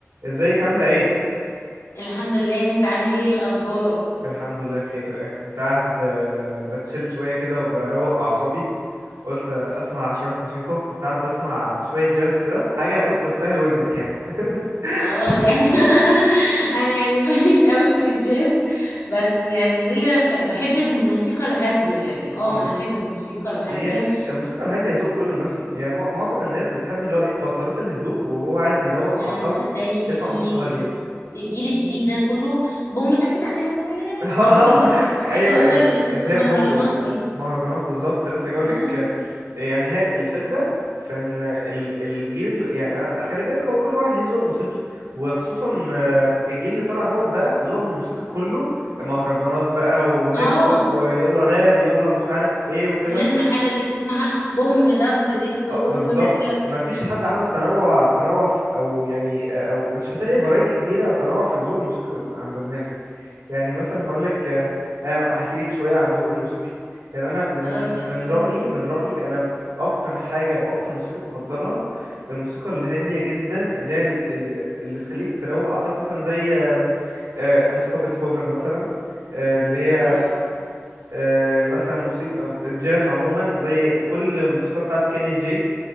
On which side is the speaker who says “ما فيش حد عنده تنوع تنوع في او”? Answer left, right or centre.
Right